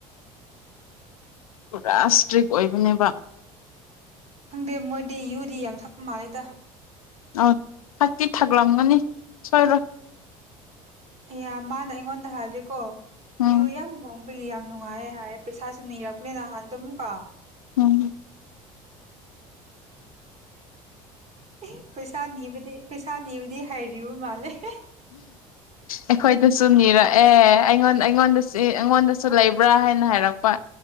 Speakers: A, on the left; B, on the right.
A: ꯄꯨꯔꯥ ꯏꯁꯇ꯭ꯔꯤꯛ ꯑꯣꯏꯕꯅꯦꯕ
B: ꯈꯪꯗꯦ ꯃꯣꯏꯗꯤ ꯌꯨꯗꯤ ꯌꯥꯝ ꯁꯛꯄ ꯃꯥꯜꯂꯦꯗ
A: ꯑ ꯊꯀꯤ ꯊꯥꯛꯂꯝꯂꯝꯒꯅꯤ ꯁꯣꯏꯔꯕꯣ
B: ꯑꯦ ꯃꯥꯅ ꯑꯩꯉꯣꯟꯗ ꯍꯥꯏꯕꯗꯤꯀꯣ
A: ꯎꯝ
B: ꯌꯨ ꯌꯥꯝ ꯍꯣꯡꯕꯒꯤ ꯌꯥꯝ ꯅꯨꯡꯉꯥꯏ ꯍꯥꯏ ꯄꯩꯁꯥꯁꯨꯦ ꯅꯤꯔꯛꯂꯦꯅꯍꯥꯟꯗ ꯑꯃꯨꯛꯀ
A: ꯎꯝ
B: ꯑꯦ ꯄꯩꯁꯥ ꯅꯤꯕꯗꯤ ꯄꯩꯁꯥ ꯅꯤꯕꯗꯤ ꯍꯥꯏꯔꯤꯕ ꯃꯥꯜꯂꯦ <inaudible>
A: ꯑꯩꯈꯣꯏꯗꯁꯨ ꯅꯤꯔꯛꯑꯦ ꯑꯩꯉꯣꯟꯗ ꯑꯩꯉꯣꯟꯗ ꯑꯩꯉꯣꯟꯗꯁꯨ ꯂꯩꯕ꯭ꯔꯥ ꯍꯥꯏꯅ ꯍꯥꯏꯔꯛꯄ